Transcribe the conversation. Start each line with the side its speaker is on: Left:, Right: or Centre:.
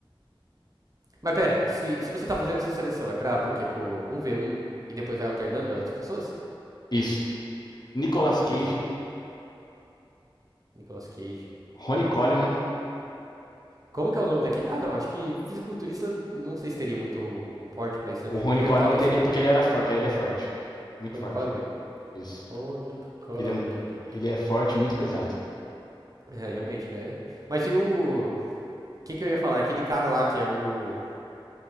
Right: Mas pera, se, se você tá fazendo essa seleção, é pra, pro quê? Pro um v um e depois vai alternando as pessoas?
Left: isso. Nicolas
Right: Entendi.
Left: Cage,
Right: Nicolas Cage.
Left: Ronnie Coleman.
Right: Como que é o nome daquele? Ah, não, acho que fisiculturista, não sei se teria muito um porte pra isso, né?
Left: O Ronnie
Right: Porque
Left: Coleman
Right: eu tava pensando.
Left: teria porque ele era for, ele é forte, muito
Right: Ronnie
Left: forte.
Right: Coleman.
Left: Isso.
Right: Ronnie Coleman.
Left: Ele é, ele é forte, muito pesado.
Right: É, realmente, né? Mas e o. Quem que eu ia falar? Aquele cara lá que é o.